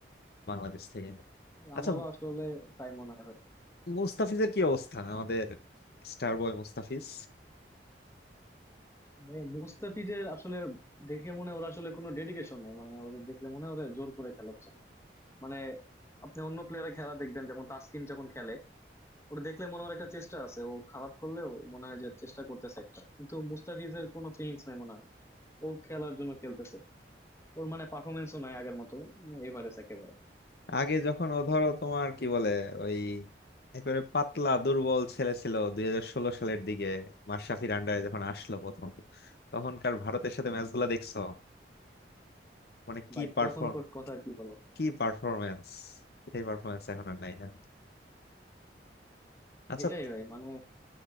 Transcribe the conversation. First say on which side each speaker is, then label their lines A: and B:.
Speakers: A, on the left (about 60°); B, on the left (about 15°).
A: বাংলাদেশ থেকে আচ্ছা
B: আমারও আসলে তাই মনে হয় ভাই
A: মুস্তাফিজের কি অবস্থা আমাদের স্টার বয় মুস্তাফিজ
B: ভাই মুস্তাফিজের আসলে দেখে মনে হয় ওরা আসলে কোনো ডেডিকেশন নাই মানে ওদের দেখলে মনে হয় ওরা জোর করে খেলাচ্ছে মানে আপনি অন্য প্লেয়ারের খেলা দেখবেন যেমন তাসকিন যখন খেলে ওটা দেখলে মনে হয় একটা চেষ্টা আছে ও খারাপ করলেও মনে হয় যে চেষ্টা করতেছে একটা কিন্তু মুস্তাফিজের কোনো ফিলিংস নাই মনে হয় ও খেলার জন্য খেলতেছে ওর মানে পারফরমেন্সও নাই আগের মতো এভারেজ একেবারে
A: আগে যখন ও ধরো তোমার কি বলে ওই একেবারে পাতলা দুর্বল ছেলে ছিল দুই হাজার ষোলো সালের দিকে মাশরাফির আন্ডারে যখন আসলো প্রথম তখনকার ভারতের সাথে ম্যাচ গুলা দেখছো মানে কি
B: ভাই
A: পারফর্ম
B: তখন কর- কথা আর কি বলবো
A: কি পারফরমেন্স সেই পারফরমেন্স এখন আর নাই না আচ্ছা
B: এটাই ভাই মানে